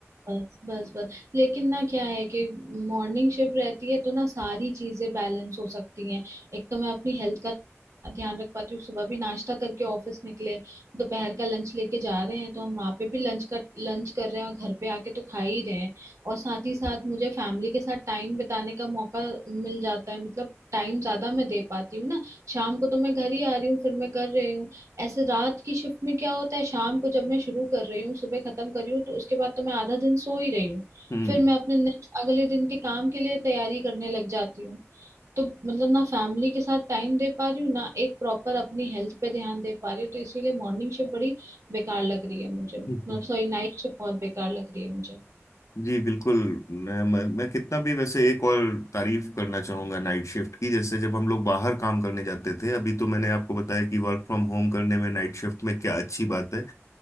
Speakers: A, on the right; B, on the left.
A: बस बस बस लेकिन ना क्या है कि मॉर्निंग शिफ्ट रहती है तो ना सारी चीजें बैलेंस हो सकती हैं एक तो मैं अपनी हेल्थ का ध्यान रख पाती हूँ सुबह भी नाश्ता करके ऑफिस निकले दोपहर का लंच लेके जा रहे हैं तो हम वहाँ पे भी लंच कर लंच कर रहे हैं और घर पे आके तो खा ही रहे हैं और साथ ही साथ मुझे फैमिली के साथ टाइम बिताने का मौका मिल जाता है मतलब टाइम ज्यादा मैं दे पाती हूँ ना शाम को तो मैं घर ही आ रही हूँ फिर मैं कर रही हूँ ऐसे रात की शिफ्ट में क्या होता है शाम को जब मैं शुरू कर रही हूँ सुबह खत्म कर रही हूँ तो उसके बाद तो मैं आधा दिन सो ही रही हूँ
B: हम्म
A: फिर मैं अपने नेक्स्ट अगले दिन के काम के लिए तैयारी करने लग जाती हूँ तो मतलब ना फैमिली के साथ टाइम दे पा रही हूँ ना एक प्रॉपर अपनी हेल्थ पे ध्यान दे पा रही हूँ तो इसीलिए मॉर्निंग शिफ्ट बड़ी बेकार लग रही है मुझे मतलब
B: <laughs>
A: सॉरी नाइट शिफ्ट बहुत बेकार लग रही है मुझे
B: जी बिल्कुल मैं, मैं मैं कितना भी वैसे एक और तारीफ करना चाहूंगा नाइट शिफ्ट की जैसे जब हम लोग बाहर काम करने जाते थे अभी तो मैंने आपको बताया कि वर्क फ्रॉम होम करने में नाइट शिफ्ट में क्या अच्छी बात है